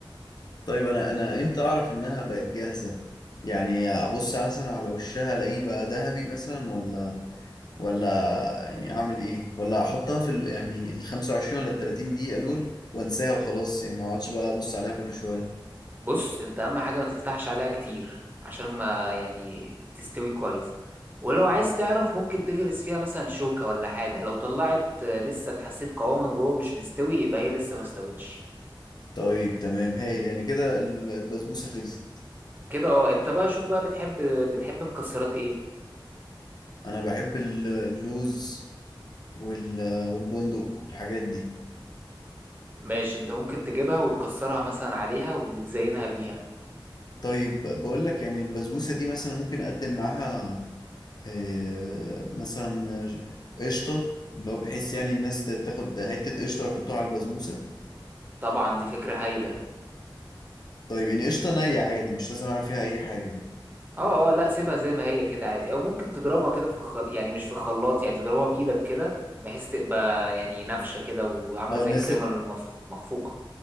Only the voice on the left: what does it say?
طيب أنا أنا إمتى أعرف إنها بقت جاهزة؟ يعني أبص مثلا على وشها ألاقيه بقى ذهبي مثلا ولا ولا يعني اعمل ايه ولا احطها في ال يعني ال 25 ولا ال 30 دقيقة دول وانساها وخلاص يعني ما اقعدش بقى ابص عليها كل شوية
طيب تمام هايل يعني كده ال- البسبوسة خلصت
انا بحب ال- اللوز وال والبندق والحاجات دي
طيب بقول لك يعني البسبوسة دي مثلا ممكن اقدم معاها آه، مثلا قشطة اللي هو بحيث يعني الناس تاخد حتة قشطة ويحطوها على البسبوسة
طيب يعني قشطة نية عادي مش لازم اعمل فيها اي حاجة دي
اه
ناس